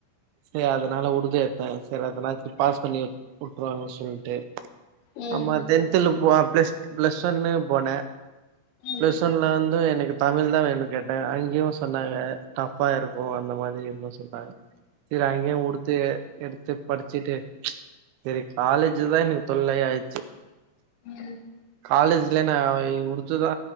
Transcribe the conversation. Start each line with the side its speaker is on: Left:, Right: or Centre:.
Right: சரி அதனால உருது எடுத்தே சரி அதனாச்சு பாஸ் பண்ணி உட்டுருவாங்க சொல்ட்டு
Left: ம்
Right: அம்மா டென்த் ல வா பிளஸ் பிளஸ் வன்னு போன
Left: ம் ம்
Right: பிளஸ் வன்ல வந் து எனக்கு தமிழ் தா வேணு கேட்ட அங்கியு சொன்னாங்க டஃப் ஃப்பா இருக்கு அந்த மாரி இருக்கு சொன்னாங்க சேர் அங்கியே உருதே எடுத்து படிச்சிட்டு சரி காலேஜு தா எனக்கு தொல்லையாயிட்ச்சு
Left: ம்
Right: காலேஜ்ல நா அ உருது தா